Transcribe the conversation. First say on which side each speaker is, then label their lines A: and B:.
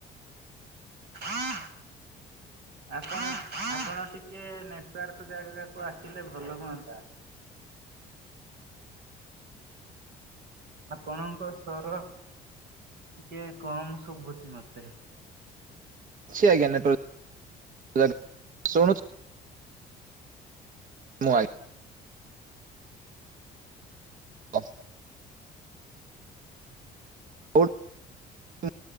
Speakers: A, on the right; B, on the right.
A: ଆପଣ ଆପଣ ଟିକେ ନେଟୱାର୍କ ଜାଗାକୁ ଆସିଲେ ଭଲ ହୁଅନ୍ତା। ଆପଣଙ୍କ ସ୍ବର ଟିକେ କମ ଶୁଭୁଛି ମତେ।
B: ଅଛି ଆଜ୍ଞା ନେଟୱାର୍କ ଶୁଣୁଚ ମୁଁ ଆ ବା <inaudible> ଉଡ୍ <inaudible>